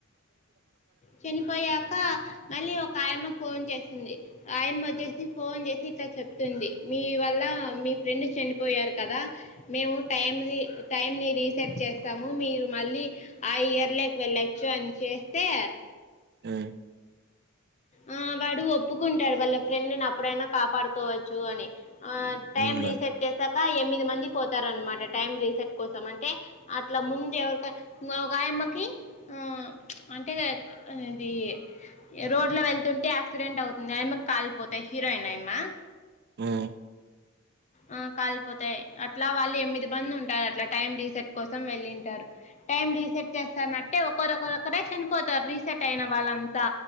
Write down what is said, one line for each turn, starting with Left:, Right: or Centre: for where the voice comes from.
Left: చనిపోయాక మళ్ళీ ఒక ఆయమ్మకు ఫోన్ చేసింది ఆయమ్మ వచ్చేసి ఫోన్ చేసి ఇట్లా చెప్తుంది మీ వల్ల మీ ఫ్రెండ్ చనిపోయారు కదా మేము టైం టైం ని రీసెర్ట్ చేస్తాము మీరు మళ్ళీ ఆ ఇయర్లోకి వెళ్ళచ్చు అని చేస్తే.
Right: మ్మ్
Left: ఆ వాడు ఒప్పుకుంటాడు వాళ్ళ ఫ్రెండ్ని అప్పుడైనా కాపాడుకోవచ్చు అని ఆ టైం
Right: అవునులే
Left: రీసెట్ చేసాక ఎనిమిది మంది పోతారు అనమాట టైం రీసెట్ కోసం అంటే అట్లా ముందు ఎవరి ఒకయమ్మకి ఆ అంటే ఇది రో ఇట్లో వెళ్తుంటే యాక్సిడెంట్ అవుతుంది ఆ కాలిపోతాయి హీరోయిన్ అయమా
Right: మ్మ్
Left: ఆ కాళ్ళుపోతాయి అట్లా వాళ్ళు ఎనిమిది మంది ఉంటారు అట్లా టైం రీసెట్ కోసం వెళ్ళింటారు టైం రీసెట్ చేస్తానట్ ఒకరొకరొఒకరే చనిపోతారు రీసెట్ అయిన వాళ్ళంతా